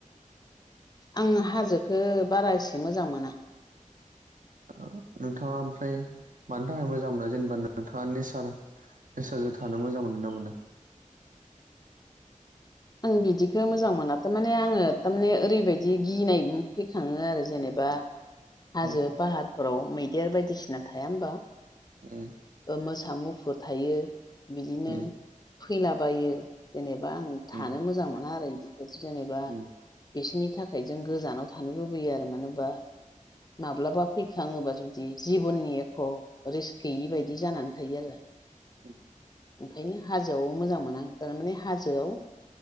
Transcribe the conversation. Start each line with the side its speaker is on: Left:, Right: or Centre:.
Left: आं हाजोखौ बारा एसे मोजां मोना।
Right: ओ नोंथाङा ओमफ्राय मानि थाखाय मोजां मोनो जेनेबा नोंथाङा नेचार नेसारजों थानो मोजां मोनोना मोना?
Left: आं बिदिखौ मोजां मोना थारमाने आङो थारमाने ओरैबायदि गिनाय फैखाङो आरो जेनेबा हाजो
Right: औ
Left: पाहारफोराव मैदेर बायदिसिना थाया होमबा?
Right: उम
Left: मोसा मुफुर थायो बिदिनो
Right: उम
Left: फैलाबायो जेनेबा आं थानो
Right: उम
Left: मोजां मोना आरो बिदि जेनेबा
Right: उम
Left: बिसोरनि थाखाय जों गोजानाव थानो लुबैयो आरो मानो होनबा माब्लाबा फैफाङोबा जुदि जिबननि एख' रिस गैयि बायदि जानानै थायो आरो
Right: उम
Left: ओंखायनो हाजोआव मोजां मोना आं थारमाने हाजोआव